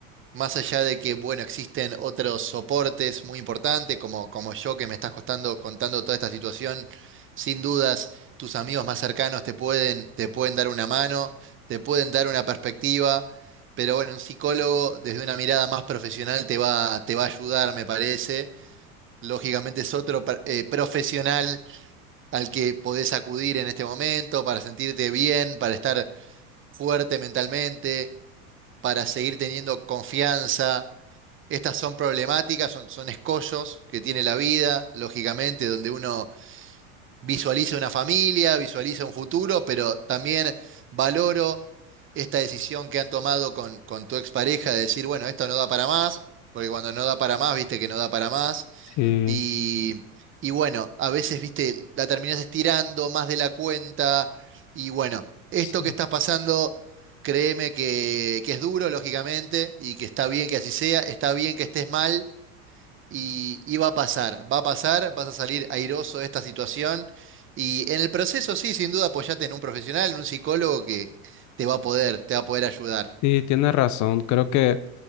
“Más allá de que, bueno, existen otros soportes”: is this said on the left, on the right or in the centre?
Right